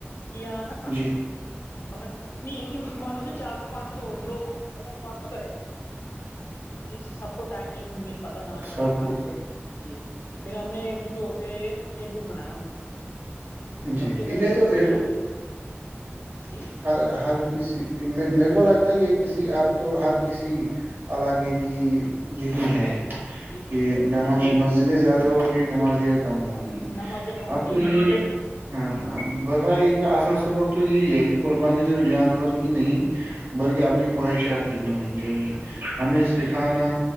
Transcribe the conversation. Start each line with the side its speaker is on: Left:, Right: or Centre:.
Left: پیانہ
Right: جی
Left: اب اتنی ہے کہ مسلمانوں سے چار سو پانچ سو لوگ مطلب پانچ سو کریں جی سب کو ٹائم نہیں مل پاتا نماز
Right: سب
Left: پڑھنے کا
Right: کو
Left: تو جی پھر ہم نے ایک جٹ ہو کہ ایک گٹ بنایا ہم نے
Right: جی
Left: سب کے گھر
Right: یہ
Left: جا
Right: تو یہ
Left: کے
Right: تو <unintelligible>
Left: جی
Right: <unintelligible> میرے کو لگتا ہے یہ کسی آپ تو ہر کسی علاقے کی یہی ہے
Left: جی
Right: کہ نمازی مسجدیں زیادہ ہوگئی نمازیاں کم ہو گی
Left: نمازیں کم ہو
Right: اب
Left: گئی
Right: تو یہی ہاں <unintelligible> اا اید کا اا سبگ تو یہی ہے کہ قربانی صرف جانور کی نہیں بلکہ اپنی خواہشات کی بھی ہونی چاہیے
Left: جی
Right: ہمیں سکھانا